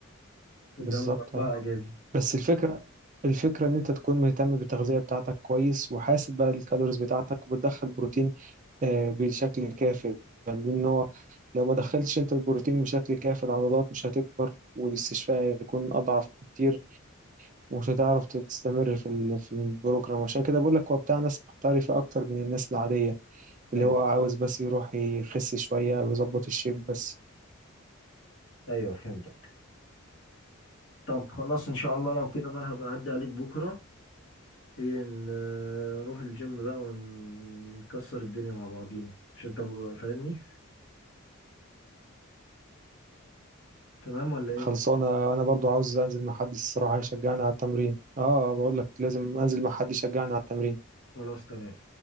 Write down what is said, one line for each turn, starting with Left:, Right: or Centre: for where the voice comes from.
Left: قدامهم
Right: بالظبط
Left: اربعة
Right: اه
Left: اجازة
Right: بس الفكرة الفكرة إن أنت تكون مهتم بالتغذية بتاعتك كويس وحاسب بقى الكالوريز بتاعتك وبتدخل بروتين آه، بشكل كافي يعني لأن هو لو ما دخلتش أنت البروتين بشكل كافي العضلات مش هتكبر والاستشفاء هيكون أضعف بكتير ومش هتعرف تستمر في ال- في البروجرام عشان كده بقول لك هو بتاع ناس محترفة أكتر من الناس العادية
Left: ايوه
Right: اللي هو عاوز بس يروح يخس شوية أو يظبط الشيب بس
Left: ايوه فهمتك طب خلاص ان شاء الله لو كده بقى هبقى اعدي عليك بكرة ايه ن- نروح الجيم بقى ونكسر الدنيا مع بعضينا عشان انت فاهمني تمام ولا ايه
Right: خلصانة أنا برضو عاوز أنزل مع حد الصراحة يشجعني على التمرين اه بقول لك لازم أنزل مع حد يشجعني على التمرين
Left: خلاص تمام